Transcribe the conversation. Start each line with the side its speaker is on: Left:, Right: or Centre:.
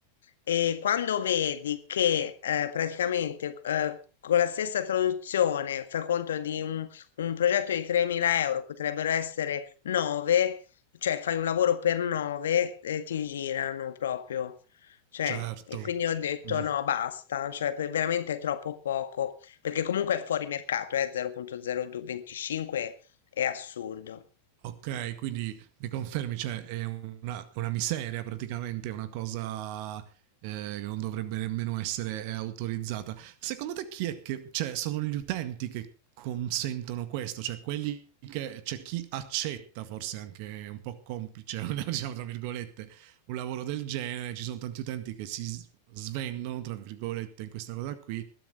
Left: e quando vedi che eh, praticamente eh, con la stessa traduzione, fai conto di un, un progetto di 3.000 euro, potrebbero essere 9, cioè fai un lavoro per 9, eh, ti girano proprio. Cioè,
Right: certo.
Left: e quindi ho detto
Right: Mhm.
Left: no, basta, cioè per- veramente è troppo poco. Perché comunque è fuori mercato, eh, 0.025 è assurdo.
Right: Ok, quindi mi confermi, cioè è una, una miseria praticamente, è una cosa eh, che non dovrebbe nemmeno essere eh, autorizzata. Secondo te chi è che, cioè sono gli utenti che consentono questo, cioè quelli che, c'è chi accetta forse anche un po' complice, <laughs> diciamo tra virgolette, un lavoro del genere, ci sono tanti utenti che si s- svendono, tra virgolette, in questa cosa qui